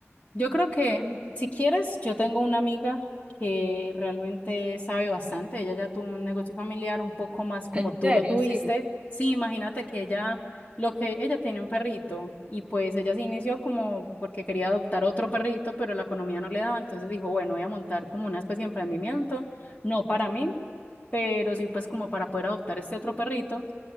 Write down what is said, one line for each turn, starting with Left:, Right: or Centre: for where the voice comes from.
Left: Yo creo que si quieres, yo tengo una amiga que realmente sabe bastante. Ella ya tuvo un negocio familiar un poco más como
Right: en
Left: tú
Right: serio,
Left: lo tuviste.
Right: sí.
Left: Sí, imagínate que ella, lo que ella tiene un perrito y pues ella se inició como porque quería adoptar otro perrito, pero la economía no le daba. Entonces dijo, bueno, voy a montar como una especie de emprendimiento, no para mí, pero sí pues como para poder adoptar este otro perrito.